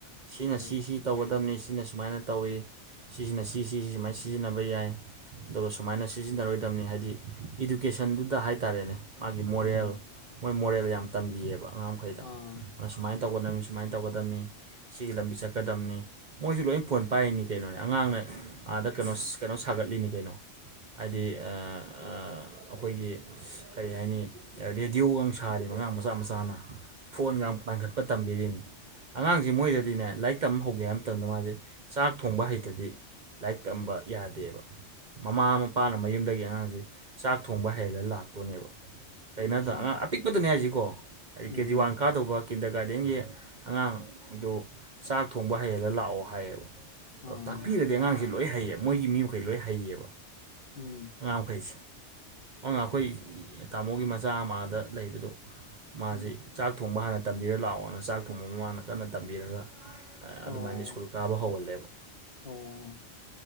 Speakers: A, on the right; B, on the left.
A: ꯁꯤꯅ
B: ꯎꯝ
A: ꯁꯤꯁꯤ ꯇꯧꯒꯗꯕꯅꯤ ꯁꯤꯅ ꯁꯨꯃꯥꯏꯅ ꯇꯧꯋꯤ ꯁꯤꯁꯤꯅ ꯁꯤꯁꯤ ꯁꯨꯃꯥꯏꯅ ꯁꯤꯖꯤꯟꯅꯕ ꯌꯥꯏ ꯑꯗꯨꯒ ꯁꯨꯃꯥꯏꯅ ꯁꯤꯖꯤꯟꯅꯔꯣꯏꯗꯕꯅꯤ ꯍꯥꯏꯗꯤ ꯏꯗꯨꯀꯦꯁꯟꯗꯨꯗ ꯍꯥꯏꯇꯥꯔꯦꯅꯦ ꯃꯥꯒꯤ
B: ꯎꯝ
A: ꯃꯣꯔꯦꯜ ꯃꯣꯏ ꯃꯣꯔꯦꯜ ꯌꯥꯝ ꯇꯝꯕꯤꯌꯦꯕ ꯑꯉꯥꯡ ꯃꯈꯩꯗ
B: ꯆꯨꯝꯃꯦ
A: ꯑꯗꯨꯅ ꯁꯨꯃꯥꯏꯅ ꯇꯧꯒꯗꯕꯅꯤ ꯁꯨꯃꯥꯏ ꯁꯨꯃꯥꯏꯅ ꯇꯧꯒꯗꯝꯕꯅꯤ ꯁꯤꯒꯤ ꯂꯝꯕꯤ ꯆꯠꯀꯗꯝꯅꯤ ꯃꯣꯏꯁꯨ ꯂꯣꯏ ꯐꯣꯟ ꯄꯥꯏꯔꯤꯅꯤ ꯀꯩꯅꯣꯅꯦ ꯑꯉꯥꯡꯅ ꯑꯥꯗ ꯀꯩꯅꯣ ꯀꯩꯅꯣ ꯁꯥꯒꯠꯂꯤꯅꯤ ꯀꯩꯅꯣ ꯍꯥꯏꯗꯤ ꯑ ꯑ ꯑꯈꯣꯏꯒꯤ ꯀꯔꯤ ꯍꯥꯏꯅꯤ ꯔꯦꯗꯤꯑꯣꯒ ꯁꯥꯔꯤꯕ ꯑꯉꯥꯡ ꯃꯆꯥ ꯃꯆꯥꯅ ꯐꯣꯟꯒ ꯄꯥꯡꯈꯠ ꯄ ꯇꯝꯕꯤꯔꯤꯅꯤ ꯑꯉꯥꯡꯁꯦ ꯃꯣꯏꯗꯗꯤꯅꯦ ꯂꯥꯏꯔꯤꯛ ꯇꯝꯕ ꯍꯧꯒꯦ ꯍꯥꯏꯕ ꯃꯇꯝꯗ ꯃꯥꯁꯦ ꯆꯥꯛ ꯊꯣꯡꯕ ꯍꯩꯇꯗꯤ ꯂꯥꯏꯔꯤꯛ ꯇꯝꯕ ꯌꯥꯗꯦꯕ ꯃꯃꯥ ꯃꯄꯥꯅ ꯃꯌꯨꯝꯗꯒꯤ ꯑꯉꯥꯡꯁ ꯆꯥꯛ ꯊꯣꯡꯕ ꯍꯩꯂꯒ ꯂꯥꯛꯇꯣꯏꯅꯦꯕ ꯀꯩꯅꯣꯗ
B: ꯆꯨꯝꯃꯦ
A: ꯑꯉꯥꯡ ꯑꯄꯤꯛꯄꯗꯅꯦ ꯍꯥꯏꯁꯤꯀꯣ ꯍꯥꯏꯗꯤ
B: ꯎꯝ
A: ꯀꯦꯖꯤ ꯋꯥꯟ ꯀꯥꯗꯧꯕ ꯀꯤꯟꯗꯔ ꯒꯥꯔꯗꯦꯟꯒꯤ ꯑꯉꯥꯡꯗꯨ ꯆꯥꯛ ꯊꯣꯡꯕ ꯍꯩꯍꯜꯂ ꯂꯥꯛꯑꯣ ꯍꯥꯏꯌꯦꯕ
B: ꯑꯥ
A: ꯑ ꯇꯥꯛꯄꯤꯔꯗꯤ ꯑꯉꯥꯡꯁꯦ ꯂꯣꯏ ꯍꯩꯌꯦ ꯃꯣꯏꯒꯤ
B: ꯎꯝ
A: ꯃꯤ ꯃꯈꯩ ꯂꯣꯏ ꯍꯩꯌꯦꯕ
B: ꯎꯝ
A: ꯑꯉꯥ ꯃꯈꯩꯁꯦ ꯑ ꯑꯩꯈꯣꯏ ꯇꯥꯃꯣꯒꯤ ꯃꯆꯥ ꯑꯃꯗ ꯂꯩꯕꯗꯣ ꯃꯥꯁꯤ
B: ꯎꯝ
A: ꯆꯥꯛ ꯊꯣꯡꯕ ꯍꯥꯟꯅ ꯇꯝꯕꯤꯔꯒ ꯂꯥꯛꯑꯣꯅ ꯆꯥꯛ ꯊꯣꯡꯕ ꯑꯃ ꯍꯥꯟꯅ ꯀꯟꯅ ꯇꯝꯕꯤꯔꯒ
B: ꯑꯣ
A: ꯑꯗꯨꯃꯥꯏꯅ ꯁ꯭ꯀꯨꯜ ꯀꯥꯕ ꯍꯧꯍꯜꯂꯦꯕ
B: ꯑꯣ